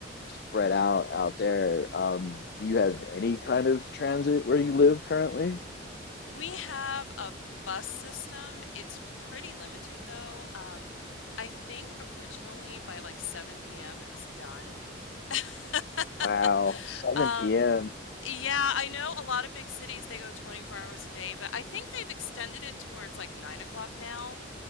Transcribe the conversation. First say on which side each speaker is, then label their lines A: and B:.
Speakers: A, on the left; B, on the left.
A: spread out out there. Um, do you have any kind of transit where you live currently?
B: We have a bus system. It's pretty limited though. Um, I think originally by like 7 p.m. it was done. <laughs>
A: Wow, 7
B: Um,
A: p.m.
B: yeah, I know a lot of big cities they go 24 hours a day, but I think they've extended it to where it's like 9 o'clock now.